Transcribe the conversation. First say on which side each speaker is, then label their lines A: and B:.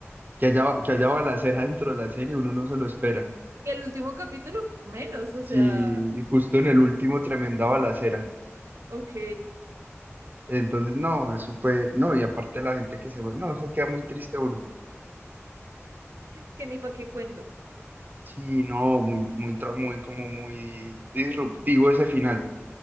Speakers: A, on the right (about 40°); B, on the right (about 80°).
A: Que haya, que haya balacera dentro de la serie, uno no se lo espera.
B: Y el último capítulo, menos, o sea,
A: Sí, y justo en el último, tremenda balacera.
B: ok,
A: Entonces, no, eso fue, no, y aparte la gente que se muere, no, eso queda muy triste uno.
B: que ni para qué cuento.
A: Sí, no, muy, muy, tra- muy, como muy disruptivo ese final.